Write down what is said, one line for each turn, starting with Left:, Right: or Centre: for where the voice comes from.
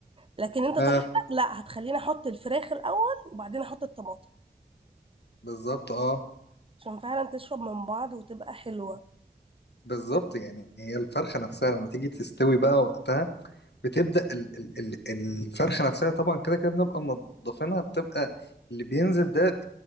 Right: لكن انت
Left: اه
Right: طريقتك لا هتخليني احط الفراخ الاول وبعدين احط الطماطم
Left: بالظبط اه
Right: عشان فعلا تشرب من بعض وتبقى حلوه
Left: بالظبط يعني هي الفرخة نفسها لما تيجي تستوي بقى وقتها بتبدا ال- ال- ال- الفرخه نفسها طبعا كده كده بنبقى منضفينها بتبقى اللي بينزل ده